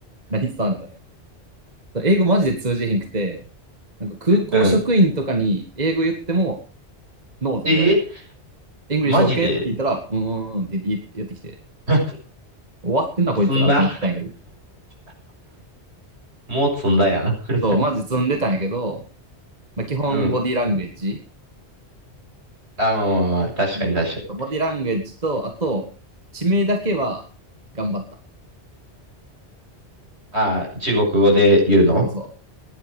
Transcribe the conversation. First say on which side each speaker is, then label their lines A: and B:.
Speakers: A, on the right; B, on the right.
A: 何伝わるんだったら英語マジで通じひんくて、なんか空港職員とかに英語言っても、
B: うん。
A: ノーとか言われる。
B: え
A: イングリッシュ
B: マジで
A: OK って聞いたら、うーんって言ってきて、
B: <laughs>
A: 終わってんなこいつらと思ったんやけど。
B: 積んだ <laughs> もう積んだやな <laughs>
A: そう、マジ積んでたんやけど、まあ、基本ボディランゲージ。
B: うん。あ、まあまあまあ、確かに確かに。
A: うんボディランゲージと、あと、地名だけは頑張った。
B: ああ、中国語で言うの
A: そうそうそ